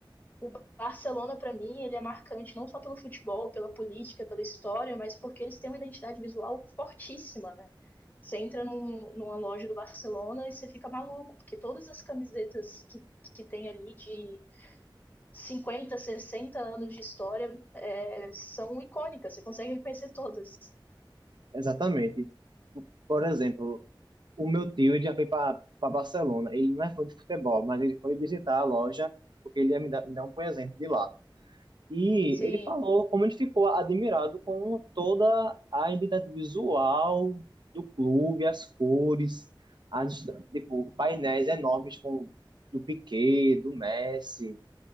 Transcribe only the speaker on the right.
Exatamente. Por exemplo, o meu tio ele já foi para Barcelona. Ele não é fã de futebol, mas ele foi visitar a loja porque ele ia me dar, me dar um presente de lá. E
ele falou como ele ficou admirado com toda a identidade visual do clube, as cores, as, tipo, painéis enormes com, do Piqué, do Messi.